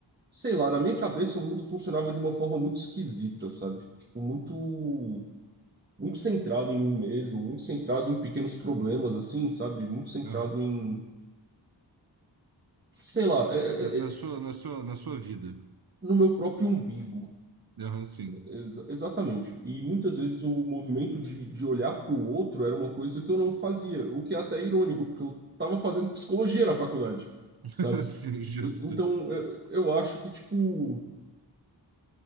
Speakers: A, on the right; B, on the right.
A: sei lá, na minha cabeça o mundo funcionava de uma forma muito esquisita, sabe? Tipo, muito, muito centrado em mim mesmo, muito centrado em pequenos problemas, assim, sabe? Muito centrado
B: Aham.
A: em Sei lá, é, é,
B: Na, na sua,
A: é,
B: na sua, na sua vida.
A: no meu próprio umbigo.
B: Aham, sim.
A: Ex- exatamente. E muitas vezes o movimento de, de olhar para o outro era uma coisa que eu não fazia, o que é até irônico, porque eu estava fazendo psicologia na faculdade,
B: <laughs>
A: sabe?
B: Sim, justo.
A: E- então eu, eu acho que, tipo,